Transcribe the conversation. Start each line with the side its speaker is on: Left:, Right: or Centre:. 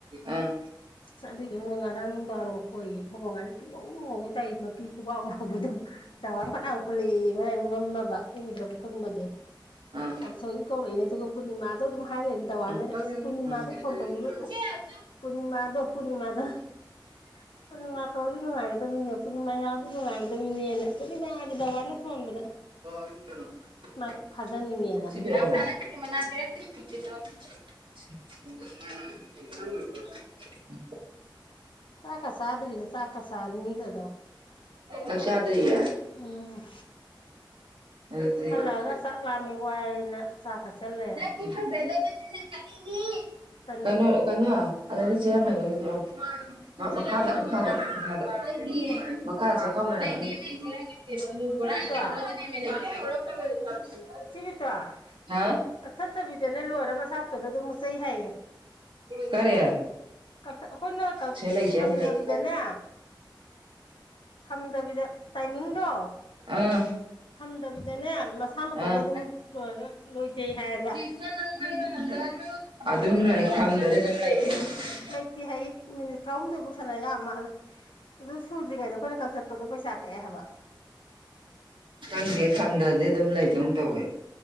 Right: ꯑꯥ
Left: ꯑꯁ ꯑꯗꯨꯏꯗꯨꯅꯦ ꯉꯔꯥꯡ ꯅꯨꯡꯗꯥꯡ ꯈꯣꯏ ꯐꯧꯕꫭꯡ ꯉꯥꯅ ꯄꯨꯡꯉꯧ ꯉꯧꯒꯩ ꯇꯥꯏ ꯃꯄꯤ ꯈꯨꯕꯥꯛ ꯃꯨꯛ ꯄꯥꯛꯄꯗꫭ ꯗꯥꯋꯥꯟ ꯐꯅꯌꯥꯝ ꯈꯨꯜꯂꯛꯑꯦꯌꯦ ꯃꯥꯏ ꯃꯝꯃꯕ ꯎꯗ꯭ꯔꯕ ꯈꯨꯟꯕꯗꯤ
Right: ꯑꯪ
Left: ꯑ ꯊꯣꯏ ꯀꯧꯔꯛꯏꯅꯦ ꯑꯗꯨꯒ ꯄꯨꯔꯅꯤꯃꯥꯗꯣ ꯑꯗꯨꯝ ꯍꯥꯏꯂꯩ ꯇꯋꯥꯟꯖꯤꯅ
Right: ꯑꯪ
Left: ꯑꯁ ꯄꯨꯔꯅꯤꯃꯥꯗꯣ
Right: ꯑꯪ
Left: ꯐꯣꯟ ꯇꯧꯕꯤꯕ
Right: ꯆꯥꯛ
Left: ꯑꯁ ꯄꯨꯔꯅꯤꯃꯥꯗꯣ ꯄꯨꯔꯅꯤꯃꯥꯗ ꯄꯨꯔꯅꯤꯃꯥ ꯀꯧꯔꯗꯤ ꯅꯨꯡꯉꯥꯏꯒꯗꯝꯅꯤꯅꯦ ꯄꯨꯔꯅꯤꯃꯥ ꯌꯥꯎꯔꯗꯤ ꯅꯨꯡꯉꯥꯏꯒꯗꯝꯅꯤꯅꯦꯅ ꯄꯨꯔꯅꯤꯃꯥ ꯗꯋꯥꯟꯅ ꯁꯣꯟꯕꯗ
Right: <unintelligible>
Left: ꯃꯥ ꯐꯥꯖꯅꯤꯡꯉꯦꯅ
Right: ꯉꯁꯤꯗꯤ ꯃꯅꯥ ꯂꯩꯔꯛꯇꯦ <unintelligible> <unintelligible>
Left: ꯆꯥꯛꯀ ꯆꯗ꯭ꯔꯤꯗ ꯆꯥꯛꯀ ꯆꯅꯤꯡꯗ
Right: ꯅꯪ ꯆꯗ꯭ꯔꯤꯌꯦ
Left: ꯎꯝ
Right: <unintelligible>
Left: ꯍꯜꯂꯛꯑꯒ ꯆꯥꯛ ꯂꯥꯝꯃꯤ ꯋꯥꯏꯅ ꯆꯥ ꯊꯛꯆꯜꯂꯦ
Right: ꯈꯣꯏꯗꯤ ꯐꯖꯗꯕꯥꯅꯤꯅꯥ ꯆꯠꯅꯤꯡꯉꯤ
Left: ꯇꯟ
Right: ꯀꯩꯅꯣ
Left: ꯃꯆꯦꯠ
Right: ꯀꯅꯣ ꯑꯗꯩꯩꯗ ꯆꯦꯔꯪ ꯂꯩꯕꯅꯤ ꯑꯝꯇꯥ ꯄꯤꯔꯛ ꯎꯅꯦ ꯃꯈꯥꯗ ꯃꯈꯥꯗ ꯃꯈꯥꯗ ꯃꯈꯥꯗ ꯆꯦꯈꯥꯎ ꯂꯩꯔꯝꯒꯅꯤ <unintelligible>
Left: ꯏꯆꯦ ꯕꯤꯇꯣ ꯏꯆꯦꯕꯦꯇꯣꯟ
Right: ꯍꯥ
Left: ꯀꯛꯊꯠꯇꯕꯤꯗꯅꯦ ꯂꯣꯏꯔ ꯃꯁꯥ ꯃꯇꯣꯝꯗ ꯑꯗꯨꯝ ꯃꯨꯠꯆꯩ ꯍꯥꯏꯌꯦ
Right: ꯀꯔꯤ
Left: ꯀꯥꯛꯊꯠ ꯑꯩꯈꯣꯏꯅ ꯀꯥ
Right: ꯁꯤꯗ ꯂꯩ ꯆꯦꯔꯪꯗꯤ
Left: ꯊꯝꯗꯕꯤꯗꯅꯦ
Right: ꯂꯩꯇꯦ
Left: ꯊꯝꯗꯕꯤꯗ ꯇꯥꯏꯃꯤꯡꯗꯣ
Right: ꯑꯥ
Left: ꯊꯝꯗꯕꯤꯗꯅꯦ ꯃꯁꯥ ꯃꯁꯥ ꯃꯇꯣꯝꯗ
Right: ꯑꯥ
Left: ꯑꯗꯨꯝ ꯂꯣꯏꯔꯒ ꯂꯣꯏꯖꯩ ꯍꯥꯏꯌꯦꯕ
Right: ꯑꯗꯨꯝ ꯂꯩ ꯗꯝꯗꯗꯤ ꯑꯗꯨꯝ ꯂꯩꯌꯦ
Left: ꯂꯩꯇꯦ ꯍꯥꯏꯌꯦ ꯃꯤꯅꯤꯠ ꯇꯔꯥꯍꯨꯝꯗꯣꯏꯐꯥꯎ ꯁꯥꯟꯅ ꯌꯥ ꯃꯥꯜꯂꯦ ꯑꯗꯨ ꯁꯨꯗ꯭ꯔꯤꯉꯩꯗ ꯑꯩꯈꯣꯏꯅ ꯀꯛꯊꯠꯄꯗꯣ ꯄꯩꯁꯥ ꯀꯛꯑꯦ ꯍꯥꯏꯕ
Right: ꯈꯪꯗꯦ ꯊꯝꯗ꯭ꯔꯗꯤ ꯑꯗꯨꯝ ꯂꯩꯝꯗꯧ ꯇꯧꯋꯦ